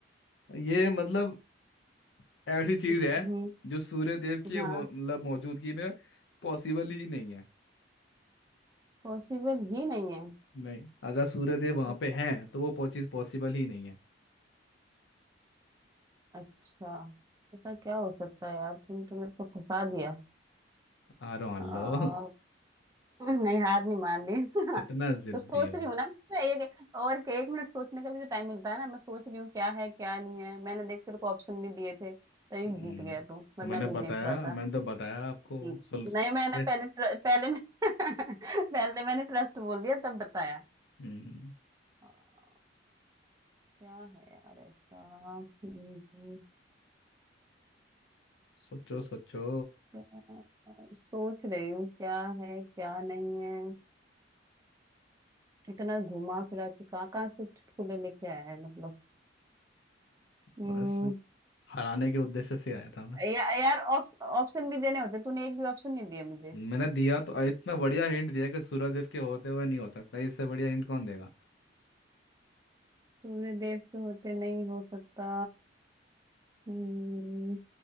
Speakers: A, on the left; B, on the right.
A: ये मतलब ऐसी चीज
B: हम्म,
A: है जो सूर्य देव की हो
B: हाँ
A: मतलब मौजूदगी में पॉसिबल ही नहीं है
B: पॉसिबल ही नहीं है
A: नहीं अगर सूर्यदेव
B: ठीक
A: वहां पे हैं
B: है।
A: तो वो पो- चीज पॉसिबल ही नहीं है
B: अच्छा ऐसा क्या हो सकता है यार तुम तो मेरे को फंसा दिया
A: अरे मान
B: आ,
A: लो <laughs>
B: नहीं हार नहीं मान रही <laughs>
A: कितना जिद्दी
B: तो सोच
A: हो
B: रही हूँ ना मैं एक और के एक मिनट सोचने का भी तो टाइम मिलता है ना मैं सोच रही हूँ क्या है क्या नहीं है मैंने देख तेरे को ऑप्शन भी दिए थे तभी
A: हम्म,
B: जीत गया तू वरना
A: तो मैंने
B: नहीं
A: बताया
B: जीत पाता
A: मैंने तो बताया आपको
B: न-
A: सुल
B: नहीं मैंने
A: ये-
B: पहले tr- पहले मैं <laughs> पहले मैंने ट्रस्ट बोल दिया तब बताया
A: हम्म,
B: आ, क्या है यार ऐसा हम्म,
A: सोचो सोचो
B: क्या- सोच रही हूँ क्या है क्या नहीं है इतना घुमा फिरा के कहाँ कहाँ से चुटकुले लेके आया है मतलब हम्म,
A: बस हराने के उद्देश्य से आया था मैं
B: या, यार ऑप्शन भी देने होते तूने एक भी ऑप्शन नहीं दिया मुझे
A: मैंने दिया तो इतना बढ़िया हिंट दिया कि सूर्यदेव के होते हुए नहीं हो सकता इससे बढ़िया हिंट कौन देगा
B: सूर्य देव के होते नहीं हो सकता हम्म,